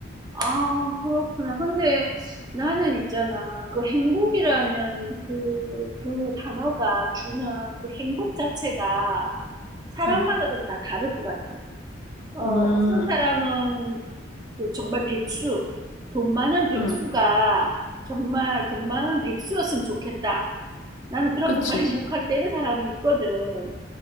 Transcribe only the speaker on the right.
아 그렇구나. 근데 나는 있잖아. 그 행복이라는 그, 그 단어가 주는 그 행복 자체가 사람마다
좀 다 다를 것 같아. 어,
어떤 사람은 그 정말 백수, 돈 많은 백수가
정말 돈 많은 백수였으면 좋겠다. 나는 그럼
정말 행복하겠다 이런 사람이 있거든.